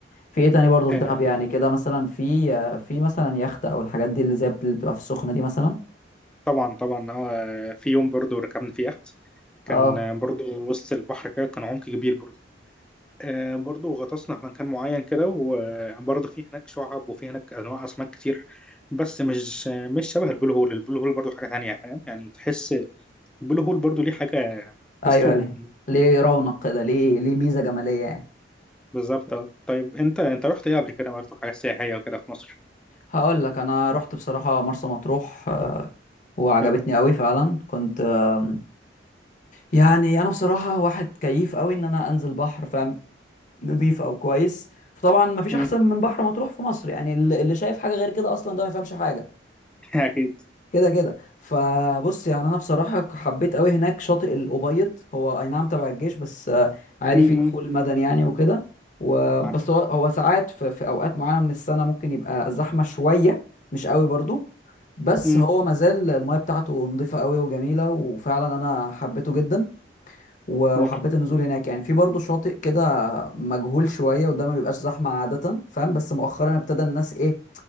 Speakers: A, on the left (about 40°); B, in the centre.
A: في ايه تاني برضو
B: آه،
A: في دهب يعني كده مثلا في في مثلا يخت او الحاجات دي اللي زي بت- اللي بتبقى في السخنة دي مثلا
B: طبعا طبعا اه في يوم برضو ركبنا في يخت كان
A: اه
B: آه، برضو وسط البحر كده كان عمق كبير برضو آه، برضو غطسنا في مكان معين كده وبرضو في هناك شعاب وفي هناك انواع اسماك كتير بس مش مش شبه البلو هول البلو هول برضو حاجه تانية فاهم يعني تحس البلو هول برضو ليه حاجه
A: ايوه
B: تحسه
A: ليه ليه رونق كده ليه ليه ميزة جمالية يعني
B: بالظبط آه. طيب انت انت رحت ايه قبل كده برضو حاجه سياحيه وكده في مصر
A: هقول لك انا رحت بصراحة مرسى مطروح آه، وعجبتني
B: حلو
A: قوي فعلا كنت آم، يعني انا بصراحة واحد كيف قوي ان انا انزل بحر فاهم نضيف او كويس فطبعا مفيش
B: مم.
A: احسن من بحر مطروح في مصر يعني اللي اللي شايف حاجة غير كده اصلا ده ما يفهمش حاجة
B: <laughs> اكيد
A: كده كده فبص يعني انا بصراحه حبيت قوي هناك شاطئ الابيض هو اي نعم تبع الجيش بس آه، عادي
B: مم.
A: في دخول
B: مم.
A: مدني يعني وكده وبس
B: عارفه
A: هو هو ساعات في, في اوقات معينه من السنه ممكن يبقى زحمه شويه مش قوي برضو بس
B: مم.
A: هو مازال المايه بتاعته نظيفه قوي وجميله وفعلا انا حبيته جدا و-
B: مم.
A: وحبيت النزول هناك يعني في برضه شاطئ كده مجهول شويه وده ما بيبقاش زحمه عاده فاهم بس مؤخرا ابتدى الناس ايه